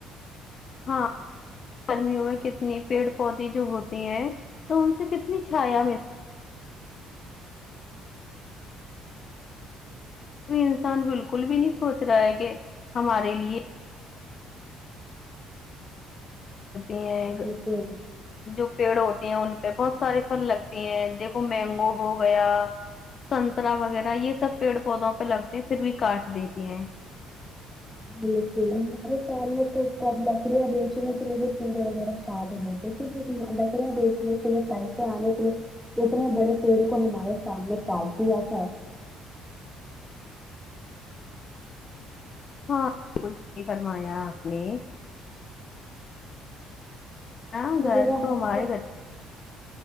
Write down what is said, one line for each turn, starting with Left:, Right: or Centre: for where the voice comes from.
Left: ہاں گرمیوں میں کتنی پیڑ پودے جو ہوتے ہیں تو ان سے کتنی چھایا مل انسان بالکل بھی نہیں سوچ رہا ہے کہ ہمارے لیے تی ہیں
Centre: بالکل
Left: جو پیڑ ہوتے ہیں ان پہ بہت سارے پھل لگتے ہیں دیکھو مینگو ہو گیا سنترا وغیرہ یہ سب پیڑ پودوں پہ لگتے ہیں پھر بھی کاٹ دیتی ہیں
Centre: بالکل میرے سامنے تو لکڑیاں بیچنے کے لیے پگے وغیرہ کاد گئے تھے لکڑیاں بیچنے کے لیے پیسے آنے کے لیے اتنے بڑے پیڑ کو ہمارے سامنے کاٹ دیا تھا
Left: ہاں بالکل صحی فرمایا آپ نے نا
Centre: وغیرہ
Left: گھر
Centre: ہے
Left: ہمارے
Centre: تو
Left: گھر